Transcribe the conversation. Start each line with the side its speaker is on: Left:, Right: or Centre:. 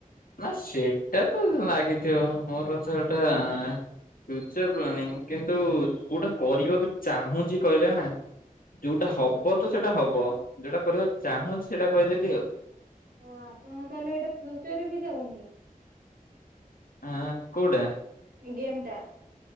Left: ନା ସେଇଟା ତ ଲାଗିଥିବ ମୋର ତ ସେଇଟା ଫ୍ୟୁଚର ପ୍ଲାନିଂ କିନ୍ତୁ କୋଉଟା କରିବାକୁ ଚାହୁଁଛି କହିଲେ ନା? ଯୋଉଟା ହବ
Right: ଓହୋ
Left: ତ ସେଇଟା ହବ ଯୋଉଟା କରିବାକୁ ଚାହୁଁଛି ସେଇଟା କରିଦେଲି ଆଉ।
Right: ଓ ଆପଣ ତାହେଲେ ଏଇଟା ଫ୍ୟୁଚରରେ ବି ଯାଉନି।
Left: ଏଁ କୋଉଟା?
Right: ଗେମ୍ ଟା।